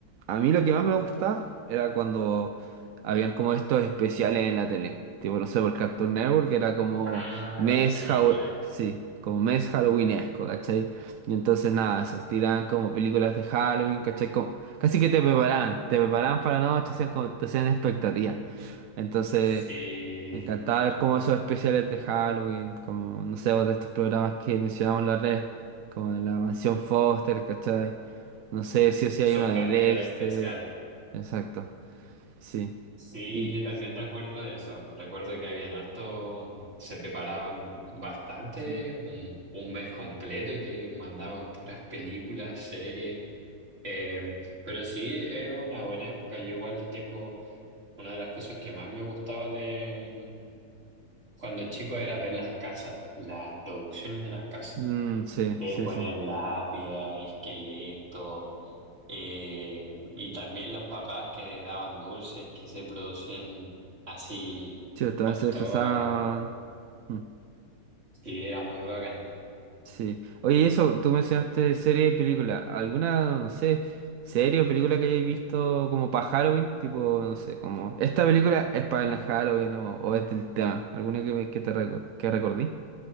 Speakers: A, on the right; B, on the right.
A: A mí lo que más me gustaba era cuando habían como estos especiales en la tele. Tipo, no sé, por Cartoon Network era como
B: Ah,
A: mes
B: las películas.
A: Halloween... Sí, como mes halloweenesco, ¿cachai? Y entonces nada, esos tiraban como películas de Halloween, ¿cachai? Como- Casi que te preparaban, te preparaban para la noche, hacían como- te hacían expectativas. Entonces...
B: Sí,
A: Me encantaba ver como esos especiales de Halloween, como, no sé, o de estos programas que mencionamos la red, como de la Mansión Foster, ¿cachai? No sé, sí o sí
B: sus
A: hay uno de
B: capítulos
A: Dexter.
B: especiales.
A: Exacto, sí.
B: Sí,
A: Y...
B: yo también recuerdo eso. Recuerdo que habían harto, se preparaban bastante,
A: Sí.
B: un, un mes completo que mandaban puras películas, series. Eh, pero sí, es una buena época. Yo igual tengo una de las cosas que más me gustaba de mm, cuando chico era ver las casas, las producciones de las casas.
A: Mm, sí,
B: Que
A: sí,
B: ponían
A: sí.
B: lápida, esqueleto. Eh, y también los papás que le daban dulces que se producían así
A: Sí, también
B: con
A: se
B: todo,
A: disfrazaban.
B: era,
A: Mm.
B: sí, era muy bacán.
A: Sí. Oye, y eso, tú mencionaste serie y película. ¿Alguna, no sé, serie o película que hayáis visto como para Halloween? Tipo, no sé, como... Esta película es para el Halloween o, o es del tema. ¿Alguna que, me- que te recor- que recordí?